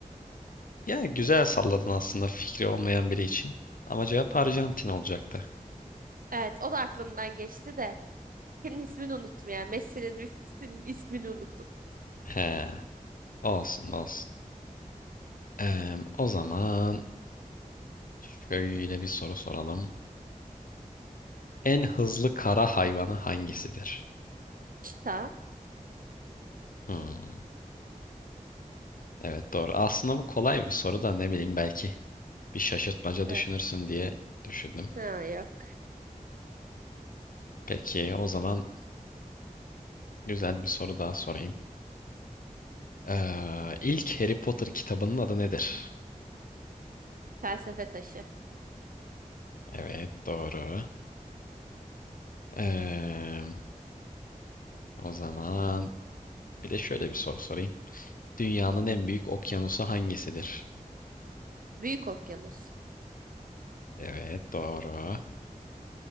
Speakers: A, on the left; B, on the right.
A: Yani güzel salladın aslında fikri olmayan biri için. Ama cevap Arjantin olacaktı.
B: Evet, o da aklımdan geçti de. Senin ismini unuttum ya. Messi'nin ülkesinin <laughs> ismini unuttum.
A: He, olsun olsun. Eee, o zaman şöyle bir soru soralım. En hızlı kara hayvanı hangisidir?
B: Çita.
A: Hmm. Evet doğru. Aslında bu kolay bir soru da ne bileyim belki bir şaşırtmaca
B: Evet.
A: düşünürsün diye düşündüm.
B: Ha yok.
A: Peki o zaman güzel bir soru daha sorayım. Ee, ilk Harry Potter kitabının adı nedir?
B: Felsefe taşı.
A: Evet doğru. Ee, o zaman bir de şöyle bir soru sorayım. Dünyanın en büyük okyanusu hangisidir?
B: Büyük okyanus.
A: Evet doğru.